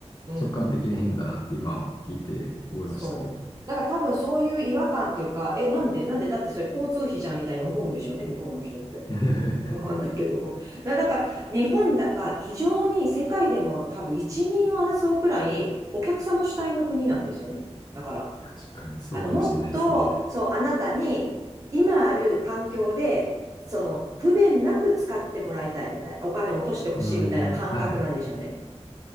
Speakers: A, on the right; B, on the left.
A: うん、
B: 直感的で変だなって今は聞いて覚えましたね。
A: そう。だから多分そういう違和感っていうか、え、なんでなんでだってそれ交通費じゃんみたいに思うんでしょうね、向こうの人って。
B: <laughs>
A: わかんないけど。<laughs> だだから、日本だは異常に世界でも多分一人を争うくらいお客様主体の国なんですよね。だから、
B: 確かにそうかもしれないですね。
A: あの、もっと、そう、あなたに今ある環境で、その、不便なく使ってもらいたいみたいな、お金を落としてほしいみたいな感覚なんでしょうね。
B: うーん。はい。